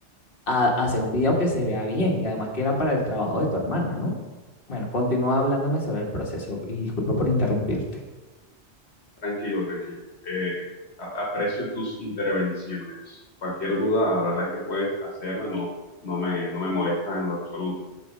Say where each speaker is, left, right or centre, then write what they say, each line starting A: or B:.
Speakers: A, on the left (about 50°); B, on the left (about 70°).
A: a hacer un video que se vea bien y además que era para el trabajo de tu hermana, ¿no? Bueno, continúa hablándome sobre el proceso y disculpa por interrumpirte.
B: Tranquilo, tranquilo. Eh, a- aprecio tus intervenciones. Cualquier duda, la verdad es que puedes hacerla, no, no me, no me molesta en lo absoluto.